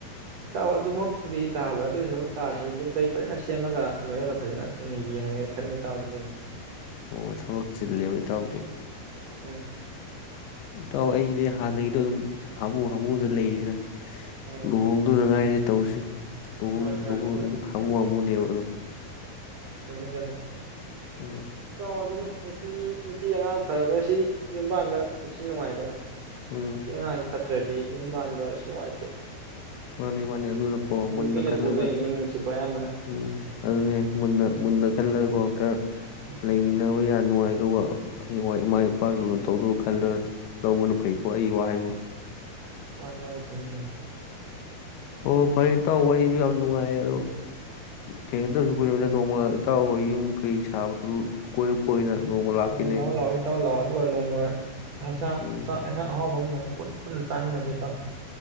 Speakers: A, on the right; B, on the left.
A: ꯇꯥꯎ ꯑꯗꯨꯃꯛꯄꯨꯗꯤ ꯇꯥꯍꯜꯂꯣꯏ ꯑꯗꯨ ꯑꯣꯏꯔꯁꯨ ꯇꯥꯔꯁꯨ ꯌꯨꯝꯈꯩ ꯐꯖꯅ ꯁꯦꯝꯃꯒ ꯂꯣꯏꯔꯒ ꯐꯖꯅ ꯌꯦꯡꯉꯒꯦꯅ ꯈꯟꯕꯩ ꯇꯥꯎꯑꯣ ꯑꯗꯨꯒꯤꯅꯦ
B: ꯑꯣ ꯊꯕꯛ ꯆꯤꯜꯂꯦꯕ ꯇꯎꯗꯦ
A: ꯎꯝ
B: ꯏꯇꯥꯎ ꯑꯩꯗꯤ ꯍꯥꯟꯅꯒꯤꯗꯣ ꯑꯗꯨꯝ ꯍꯥꯃꯨ ꯍꯥꯃꯨꯗ ꯂꯩꯔꯤꯗ
A: ꯎꯝ
B: ꯂꯨꯍꯣꯡꯗꯨꯗ ꯉꯥꯏꯔꯦ ꯇꯧꯁꯤ ꯇꯍꯨꯝ
A: ꯃꯥꯅꯤ
B: ꯇꯍ
A: ꯃꯥꯅꯤ ꯏꯇꯥꯎ
B: ꯍꯝꯨꯨ ꯑꯗꯨ
A: ꯊꯃꯦ ꯆꯃꯦ
B: ꯎꯝ
A: ꯑꯣ ꯑꯗꯨꯅꯦ ꯅꯨꯄꯤ ꯅꯨꯄꯤ ꯑꯉꯥꯡ ꯐꯕꯁꯤ ꯌꯨꯝꯕꯥꯗ ꯄꯨꯟꯁꯤ ꯅꯨꯡꯉꯥꯏꯗꯅ
B: ꯎꯝ
A: ꯀꯃꯖꯤ ꯐꯠꯇꯔꯦꯗꯤ ꯌꯨꯝ ꯄꯥꯟꯕꯁꯨ ꯅꯨꯡꯉꯥꯏꯇꯦꯕ
B: ꯃꯥꯅꯦ ꯃꯥꯅꯦ ꯑꯗꯨꯅꯀꯣ ꯃꯨꯟꯅ
A: ꯅꯨꯄꯤꯅ
B: ꯈꯜꯂꯒ
A: ꯄꯨꯗꯣꯏꯅꯤꯅꯦ ꯏꯃꯨꯡꯁꯤꯀꯣ ꯑꯌꯥꯝꯕꯅ
B: ꯎꯝ ꯑꯗꯨꯅꯦ ꯃꯨꯟꯅ ꯃꯨꯟꯅ ꯈꯜꯂꯒꯀꯣ ꯈꯔ
A: ꯎꯝ
B: ꯂꯩꯃꯤꯟꯅꯕ ꯌꯥꯅꯤ ꯅꯨꯡꯉꯥꯏꯗꯧꯕ ꯍꯌꯦꯡꯋꯥꯏ ꯏꯃꯥ ꯏꯄꯥ ꯂꯨꯅ ꯇꯧꯗꯧꯕ ꯈꯜꯂꯒ ꯂꯧꯕꯅ ꯐꯩꯀꯣ ꯑꯩ ꯋꯥ ꯍꯥꯏꯕꯨ
A: ꯃꯥꯅꯤ ꯃꯥꯥꯟꯅꯤ ꯆꯨꯃꯤ ꯆꯨꯝꯃꯤ
B: ꯍꯣ ꯐꯔꯦ ꯏꯇꯥꯎ ꯋꯥꯔꯤꯁꯨ ꯌꯥꯝ ꯅꯨꯡꯉꯥꯏ ꯑꯗꯣ ꯊꯦꯡꯅꯗꯕꯁꯨ ꯀꯨꯏꯔꯕꯅꯤꯅ ꯅꯣꯡꯃ ꯏꯇꯥꯎ ꯍꯣꯏ ꯌꯨꯝ ꯀꯩ ꯁꯥꯕꯗꯨ ꯀꯣꯏꯔꯛꯄ ꯑꯣꯏꯅ ꯅꯣꯡꯃ ꯂꯥꯛꯀꯦꯅꯦ
A: ꯍꯣꯏ ꯂꯛꯑꯣ ꯂꯥꯛꯑꯣ ꯏꯇꯥꯎ ꯂꯛꯑꯣ ꯑꯗꯨꯒ ꯅꯣꯡꯃ ꯍ ꯆꯥꯛ
B: ꯎꯝ
A: ꯆꯥꯛ ꯏꯟꯁꯥꯡ ꯑꯍꯥꯎꯕ ꯑꯃ ꯅꯣꯡꯃ ꯀꯣꯟ ꯄꯨꯟꯅ ꯆꯃꯤꯟꯅꯁꯦ ꯏꯇꯥꯎ